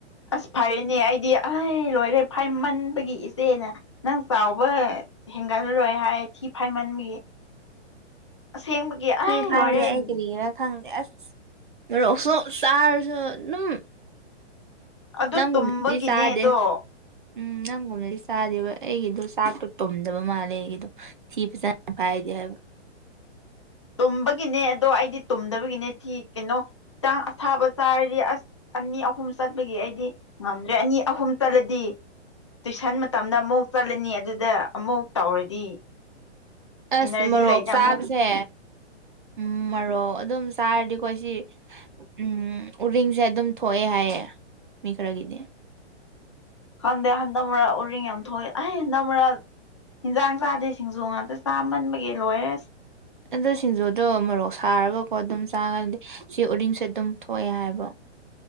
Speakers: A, on the left; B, on the right.
A: ꯑꯁ ꯐꯔꯤꯅꯦ ꯑꯩꯗꯤ ꯑꯩ ꯂꯣꯏꯔꯦ ꯐꯥꯏꯃꯟꯕꯒꯤ ꯏꯆꯦꯅ ꯅꯪ ꯆꯥꯎꯕ ꯍꯦꯟꯒꯠꯂꯂꯣꯏ ꯍꯥꯏ ꯊꯤ ꯐꯥꯏꯃꯟꯕꯒꯤ ꯑꯁꯦꯡꯕꯒꯤ
B: ꯊꯤ
A: ꯑꯩ
B: ꯐꯥꯏꯔꯦ
A: ꯂꯣꯏꯔꯦꯅꯤ
B: ꯑꯩ ꯀꯔꯤꯒꯤꯔꯥ ꯈꯪꯗꯦ ꯑꯁ ꯔꯣꯛꯁꯨ ꯆꯥꯔꯁꯨ ꯑꯗꯨꯝ
A: ꯑꯗꯨ
B: ꯅꯪꯒꯨꯝꯗꯤ
A: ꯇꯨꯝꯕꯒꯤꯅꯦ
B: ꯆꯥꯗꯦ
A: ꯑꯗꯣ
B: ꯎꯝ ꯅꯪꯒꯨꯝꯕꯅꯗꯤ ꯆꯥꯗꯦꯕ ꯑꯩꯒꯤꯗꯣ ꯆꯥꯛꯇꯣ ꯇꯨꯝꯗꯕ ꯃꯥꯜꯂꯦ ꯑꯩꯒꯤꯗꯣ ꯊꯤ ꯐꯖꯅꯥꯏ ꯍꯥꯏ
A: ꯇꯨꯝꯕꯒꯤꯅꯦ ꯑꯗꯣ ꯑꯩꯗꯤ ꯇꯨꯝꯗꯕꯒꯤꯅꯦ ꯊꯤ ꯀꯩꯅꯣ ꯍꯈꯤꯇꯥꯡ ꯑꯁꯥꯕ ꯆꯥꯔꯗꯤ ꯑꯁ ꯑꯅꯤ ꯑꯍꯨꯝ ꯆꯠꯄꯒꯤ ꯑꯩꯗꯤ ꯉꯝꯗ꯭ꯔꯦ ꯑꯅꯤ ꯑꯍꯨꯝ ꯆꯠꯂꯗꯤ ꯇꯨꯏꯁꯟ ꯃꯇꯝꯗ ꯑꯃꯨꯛ ꯆꯠꯂꯅꯤ ꯑꯗꯨꯗ ꯑꯃꯨꯛ ꯇꯧꯔꯗꯤ
B: ꯑꯁ
A: ꯏꯅꯔꯖꯤ
B: ꯃꯣꯔꯣꯛ
A: ꯂꯩꯅ
B: ꯆꯥꯕꯁꯦ
A: ꯑꯃꯨꯛ
B: ꯎꯝ ꯃꯔꯣꯔꯣꯛ ꯑꯗꯨꯝ ꯆꯥꯔꯗꯤ ꯑꯩꯈꯣꯏ ꯁꯤ ꯎꯝ ꯎꯔꯤꯡꯁꯦ ꯑꯗꯨꯝ ꯊꯣꯛꯑꯦ ꯍꯥꯏꯌꯦ ꯃꯤ ꯈꯔꯒꯗꯤ
A: ꯈꯪꯗꯦ ꯍꯟꯗ ꯃꯔꯥ ꯎꯔꯤꯡ ꯌꯥꯝ ꯊꯣꯛꯑꯦ ꯑꯩ ꯍꯟꯗ ꯃꯔꯥ ꯍꯟꯖꯥꯡ ꯆꯥꯗꯦ ꯁꯤꯡꯖꯨ ꯉꯥꯛꯇ ꯆꯥꯝꯃꯟꯕꯒꯤ ꯂꯣꯏꯔꯁ
B: ꯑꯗ ꯁꯤꯡꯖꯨꯗꯣ ꯃꯣꯔꯣꯛ ꯁꯥꯔꯒꯀꯣ ꯑꯗꯨꯝ ꯆꯥꯉꯗꯤ ꯁꯤ ꯎꯔꯤꯡꯁꯦ ꯑꯗꯨꯝ ꯊꯣꯛꯑꯦ ꯍꯥꯏꯕ <unintelligible>